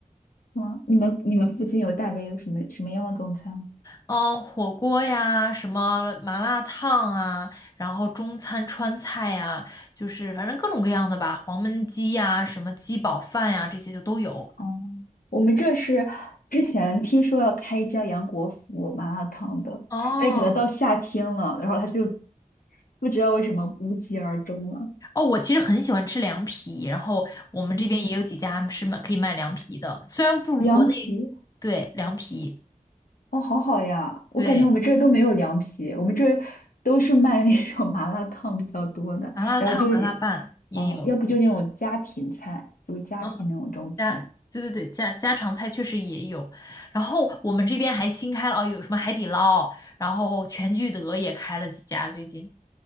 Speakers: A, on the left; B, on the left.
A: 嗯，你们你们附近有大概有什么什么样的中餐？
B: 嗯、火锅呀，什么麻辣烫啊，然后中餐川菜呀，就是反正各种各样的吧，黄焖鸡呀，什么鸡煲饭呀，这些就都有。
A: 哦，我们这是之前听说要开一家杨国福麻辣烫的，
B: 哦，
A: 但可能到夏天了，然后他就不知道为什么无疾而终了。
B: 哦，我其实很喜欢吃凉皮，然后我们这边也有几家是卖可以卖凉皮的，
A: 嗯，
B: 虽然不如国内，
A: 凉皮，
B: 对，凉皮，
A: 哦，好好呀，我感觉我们这儿都没有凉皮，
B: 对，
A: 我们这儿都是卖那种麻辣烫比较多的，
B: 麻辣烫、
A: 然后就是也，
B: 麻辣拌也有，
A: 呃，要不就那种家庭菜，就是家庭那种中餐。
B: 嗯，家，对对对，家家常菜确实也有，然后我们这边还新开了哦，有什么海底捞，然后全聚德也开了几家最近。